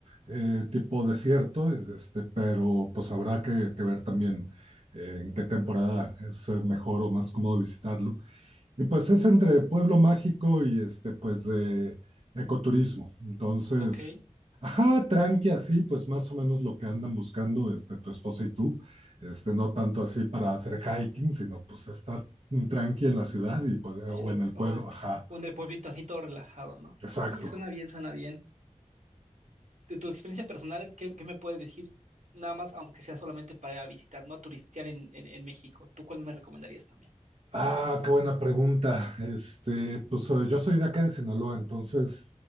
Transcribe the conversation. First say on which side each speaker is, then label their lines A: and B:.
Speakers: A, on the right; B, on the right.
A: eh, tipo desierto, es, este, pero pues habrá que, que ver también eh, en qué temporada es eh, mejor o más cómodo visitarlo. Y pues es entre pueblo mágico y este, pues de ecoturismo. Entonces,
B: Ok.
A: ajá, tranqui así, pues más o menos lo que andan buscando este, tu esposa y tú. Este, no tanto así para hacer hiking, sino pues estar tranqui en la ciudad y, pues,
B: En
A: o
B: la-
A: en el
B: ok.
A: pueblo, ajá,
B: O en el pueblito así todo relajado, ¿no?
A: exacto.
B: Oye, suena bien, suena bien. de tu experiencia personal, ¿qué, qué me puedes decir? Nada más, aunque sea solamente para visitar, no a turistear en, en, en México. ¿Tú cuál me recomendarías también?
A: Ah, qué buena pregunta. Este, pues eh, yo soy de acá de Sinaloa, entonces